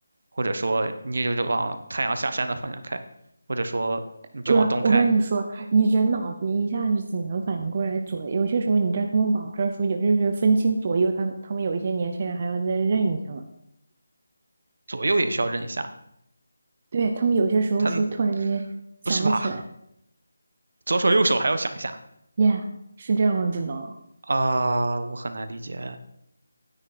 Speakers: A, on the right; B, on the right.
A: 或者说你就往太阳下山的方向开，或者说你就往东开，
B: 哥，我跟你说，你人脑子一下子只能反应过来左，有些时候你知道他们网上说，有些时候分清左右，他们他们有一些年轻人还要再认一下嘛。
A: 左右也需要认一下。
B: 对，他们有些时候说突然之间想不起来
A: 它不是吧？左手右手还要想一下
B: y 是这样子的，
A: 啊、我很难理解